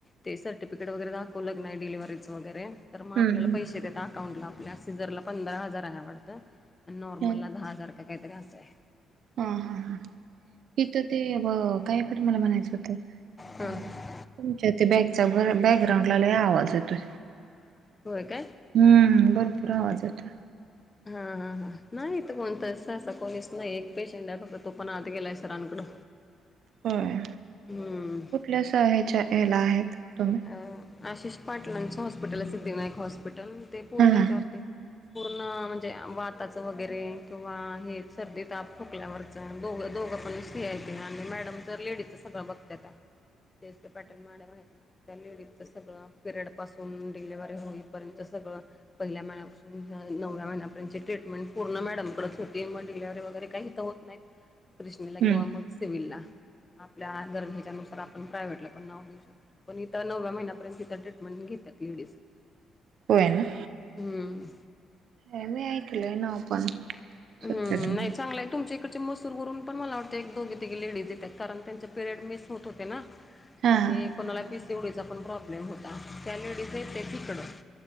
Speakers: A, on the left; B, on the right.
A: ते सर्टिफिकेट वगैरे दाखवल नाही डिलिव्हरीच वगैरे तर
B: हम्म
A: मग आपल्याला पैसे देत अकाउंटला आपल्या सिझरला पंधरा हजार आहे वाटतं आणि नॉर्मलला
B: हम्म
A: दहा हजार का काहीतरी असं आहे.
B: हा हा ह इथं ते अ ब काय बर मला म्हणायचं होत तुमच्या
A: हां
B: ते बॅकचा बॅकग्राउंड ला लय आवाज येतोय.
A: होय काय.
B: हम्म भरपूर आवाज येतोय.
A: हा हा हा नाही इथ कोण त सा स कोणीस. नाही एक पेशंट आहे फक्त तो पण आत गेलाय सरांकडं.
B: होय.
A: हम्म.
B: कुठल्या स ह्याच्या हला आहेत तुम्ही.
A: अ आशिष पाटलांचं हॉस्पिटल हाय सिद्धविनायक हॉस्पिटल ते पुर्णहेच्यावरती.
B: हा हा
A: पूर्ण म्हणजे वाताच वगैरे किंवा हेच सर्दी ताप ठोकल्यावर. अ दोघ दोघपण सीआयटी आणि मॅडम तर लेडीजच सगळं बघत्यात्या.
B: --
A: तेस्ट पटर् मॅडम ना. त्या लेडीचं सगळं पिरियड पासून डिलेव्हरी होईपर्यंत सगळं पहिल्या महिन्यापासून नव्या महिन्यापर्यंतची ट्रीटमेंट पूर्ण मॅडमकडेच होती मग डिलिव्हरी वगैर काही इथे होत नाही.
B: <inaudible>
A: कृिष्णीला
B: हम्म
A: किंवा मग सिव्हिलला आपल्या गरजेच्यानुसार आपण प्रायव्हेटला पण नाव देऊ शकतो. पण इथ नव्या महिन्यापर्यंतिथ ट्रीटमेंट घेता लेडीज.
B: होय ना?
A: हम्म.
B: हे मी ऐकलोय नाव पण
A: हम्
B: शक्यतो
A: नाही चांगलाय तुमच्या इकडे च मसूर वरुन पण मला वाटतं एक दोघी तिघी लेडीज येतात कारण त्यांचे पिरियड मिस होत होते ना
B: हा
A: आणि
B: हा
A: कोणाला पीसीओडीचा पण प्रॉब्लेम होता त्या लेडीज य ते तिकडं